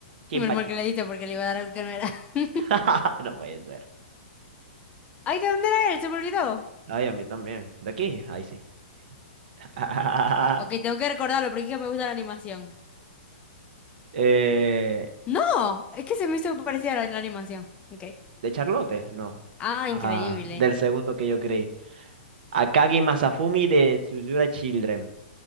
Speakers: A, on the right (about 55°); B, on the left (about 20°).
A: Jinpachi.
B: Menos mal que le diste porque le iba a dar algo que no era. <laughs>
A: <laughs> No puede ser.
B: Ay, ¿de dónde era él? Se me olvidó.
A: Ay, a mí también. ¿De aquí? Ay, sí. <laughs>
B: Ok, tengo que recordarlo porque es que me gusta la animación.
A: Eh,
B: No, es que se me hizo parecida a la, la animación. Ok.
A: ¿de Charlotte? No.
B: Ah,
A: Ah,
B: increíble.
A: del segundo que yo creí. Akagi Masafumi de Tsuzura Children.